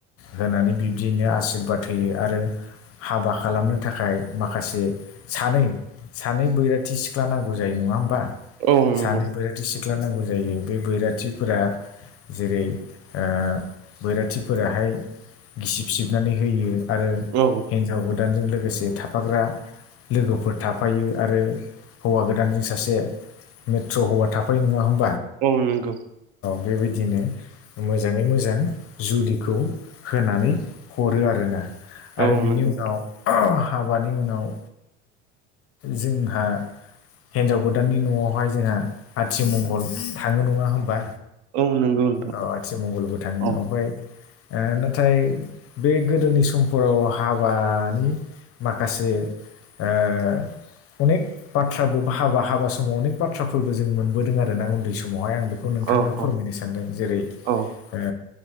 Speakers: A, on the left (about 40°); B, on the right (about 60°).
A: होनानै बिब्दियनो आसिशिरबाद होयो आरो हाबा खालामनो थाखाय माखासे सानै सानै बैराथि सिख्ला नांगौ जायो। नङा होमबा
B: औ नंगौ
A: सानै बैराथि सिख्ला नांगौ जायो बे बैराथिफोरा जेरै ओ बैराथिफोराहाय गिसिब सिबनानै होयो। आरो
B: औ
A: हिन्जाव गोदानजों लोगोसे थाफाग्रा लोगोफोर थाफायो आरो हौवा गोदानजों सासे मेट्र' हौवा थाफायो नङा होम
B: औ नंगौ।
A: बेबायदिनो मोजाङै मोजां जुलिखौ होनानै हरो आरोना आरो
B: औ
A: बिनि
B: नंगौ
A: उनाव
B: नोंथां
A: हाबानि उनाव जोंहा हिनजाव गोदाननि न'आवहाय जोंहा आथिमंगल थाङो नङा होनबा
B: औ नंगौ नोंथां
A: औ आथिमंगलबो थाङो
B: औ
A: ओमफाय नाथाय बे गोदोनि समफोराव हाबानि माखासे ओ अनेख बाथ्राबो हाबा हाबा समाव अनेख बाथ्राफोरबो जों मोनबोदों आरोना उन्दै समावहाय आं बेखौ नोंथांनो
B: औ
A: फोरमायनो
B: औ
A: सानदों जेरै
B: औ
A: ओ